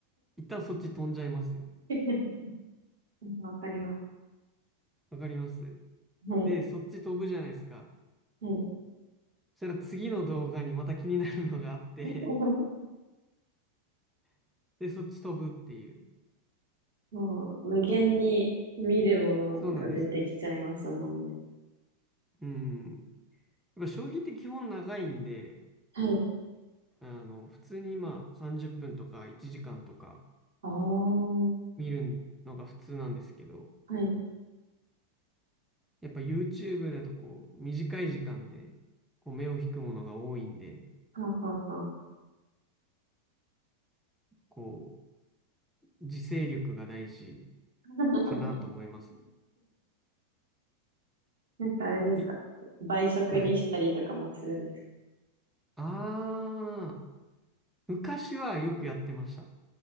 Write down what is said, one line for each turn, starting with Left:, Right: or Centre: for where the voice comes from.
Centre: 一旦そっち飛んじゃいますよね。
Right: <laughs> わかります。
Centre: わかります
Right: はい。
Centre: で、そっち飛ぶじゃないですか。
Right: はい。
Centre: そしたら次の動画にまた気になるのがあって、
Right: <laughs>
Centre: <laughs> で、そっち飛ぶっていう。
Right: もう、無限に見るものが出てきちゃいますもんね。
Centre: そうなんですよね。うん。やっぱ将棋って基本長いんで、
Right: はい。
Centre: あの、普通にまあ30分とか1時間とか
Right: ああ、は
Centre: 見るのが普通なんですけど、
Right: い。
Centre: やっぱ YouTube だとこう短い時間でこう目を引くものが多いんで、
Right: はあ、はあ、はあ。
Centre: こう自制力が大事
Right: <laughs>
Centre: かなと思いますね。
Right: なんかあれですか。
Centre: び
Right: 倍速にしたりとかもするんですか。
Centre: はい。ああ、昔はよくやってました。